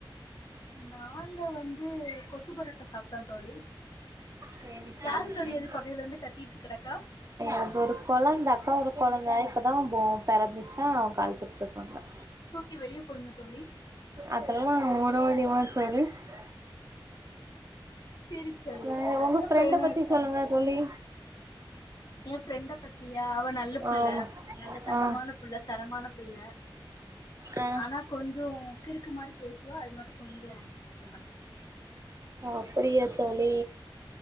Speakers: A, on the left; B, on the right.
A: நாங்க வந்து கொத்து பரோட்டா சாப்டோ தோழி
B: சேரி சேரி
A: யாரு தோழி
B: சேரி
A: அது பக்கத்துல இருந்து கத்திட்டு கடக்கா
B: அப்ப ஒரு கொழந்த அக்காவோட கொழந்த இப்பதா போ பெறந்துச்சா அழுதுட்ருக்காங்க
A: தூக்கி வெளிய போடுங்க தோழி
B: அதெல்லா <unintelligible>
A: சிரிக்காதீக
B: வேற
A: வெல்ல
B: உங்க ஃப்ரெண்ட
A: பையனா
B: பத்தி
A: இருக்கா
B: சொல்லுங்க
A: போல
B: தோழி
A: என் ஃப்ரெண்ட பத்தியா அவ நல்ல புள்ள
B: ஆமா
A: நல்ல தங்கமான
B: ஆ
A: புள்ள தரமான புள்ள
B: ஆ
A: ஆனா கொஞ்சோம் கிருக்கு மாரி பேசுவா அது மட்டும் கொஞ்சோம் இது பண்ணறதே
B: அப்படியா தோழி